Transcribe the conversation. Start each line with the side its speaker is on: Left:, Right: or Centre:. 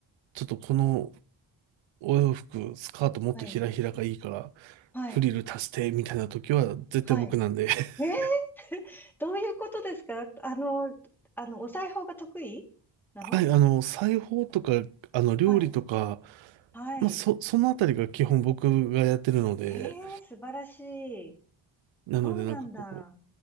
Right: ちょっとこのお洋服、スカートもっとひらひらがいいから、
Centre: はい。はい。
Right: フリル足してみたいな時は絶対僕なんで。
Centre: はい。
Right: <laughs>
Centre: えー、<laughs> どういうことですかあの、あの、お裁縫が得意なの
Right: はい、あの、裁縫とか、あの、料理とか、
Centre: はい。はい。
Right: まあ、そ、そのあたりが基本僕がやってるので、
Centre: えー、素晴らしい。
Right: なのでなんかこ
Centre: そうなんだ。